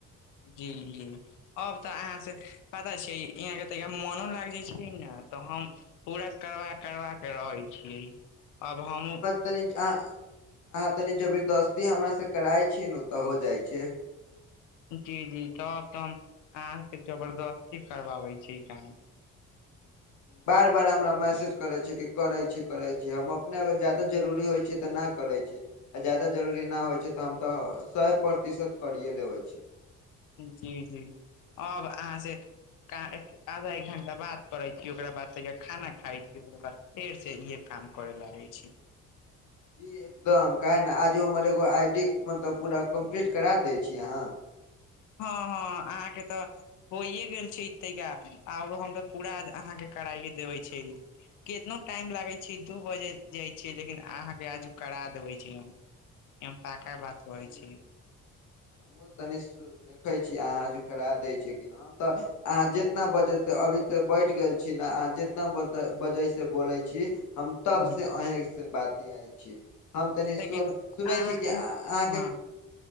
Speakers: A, on the left; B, on the left.
A: जी जी अब त अहाँ से पता छि यहाँ के त मोनो लाग छिय न त हम पूरा करबा करबाक रहै छियै अब हम
B: तनी अह अहाँ तनी जबरदस्ती हमर से कराइ छीय ने त हो जाइ छै
A: जी जी तब त हम अहाँके जबरदस्ती करबाबै छी काम
B: बार बार हमरा मैसेज करे छी कि करे छी करे छी हम अपने अबैत जैब जरूरी होइ छै त ना करै छै आ जादा जरूरी ना होइ छै त हम त स प्रतिशत करिए लेबै छी
A: जी जी अब अहा से कहे आधा एक घण्टा बात करैत छी ओकरा बाद ता खाना खाइत छी ओकरा बाद फेरसँ इहे काम करै लागय छी
B: जी एकदम काहे न आजो हमर एगो आइ डी मतलब पूरा कंप्लीट करा दै छी अहाँ
A: हँ हँ अहाँके त होइए गेल छै ता आर हम त पूरा अहाँके कराइे देबे छी केतनो टाइम लागैत छैय दू बजे जाइ छीयै लेकिन अहाँके आजू करा देबै छी हम। पका बात कहै
B: ठीक
A: छी
B: छै हमहुँ तनि देखै छी अहाँ आजु करा दै छी कि ना। हम तऽ अहाँ जितना बजे सँ अभीसँ बैठ गेल छी ने अहाँ जितना बज बजे से बोलै छी हम तब
A: ह
B: से अहीं से बातियाय छी। हम तनी
A: लेकिन
B: सुन सुनै
A: अहाँके
B: छी कि अहां
A: हँ